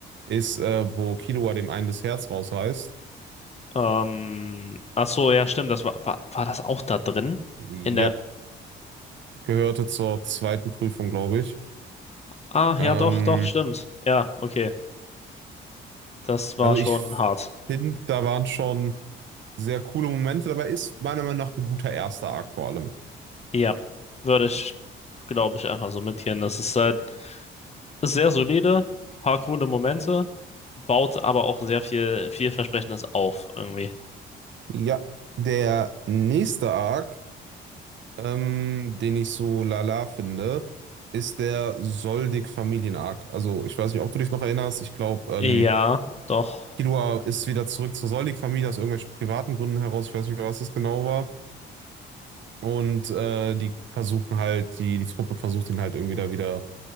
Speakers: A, on the right; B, on the left.
A: ist, äh, wo Killua dem einen das Herz rausreißt.
B: Ähm, ach so, ja, stimmt, das war, war, war das auch da drin?
A: Ja,
B: In der,
A: gehörte zur zweiten Prüfung, glaube ich.
B: ah,
A: Ähm,
B: ja, doch, doch, stimmt. Ja, okay, das war
A: also
B: schon
A: ich
B: hart.
A: finde, da waren schon sehr coole Momente dabei. Ist meiner Meinung nach ein guter erster Arc vor allem.
B: Ja, würde ich, glaube ich, einfach so mitgehen. Das ist halt ist sehr solide, paar coole Momente, baut aber auch sehr viel vielversprechendes auf irgendwie.
A: Ja, der nächste Arc, ähm, den ich so lala finde, ist der Soldig-Familien-Arc. Also ich weiß nicht, ob du dich noch erinnerst. Ich glaube, ähm,
B: Ja, doch.
A: Killua ist wieder zurück zur Soldig-Familie aus irgendwelchen privaten Gründen heraus. Ich weiß nicht mehr, was das genau war. Und äh, die versuchen halt, die, die Truppe versucht ihn halt irgendwie da wieder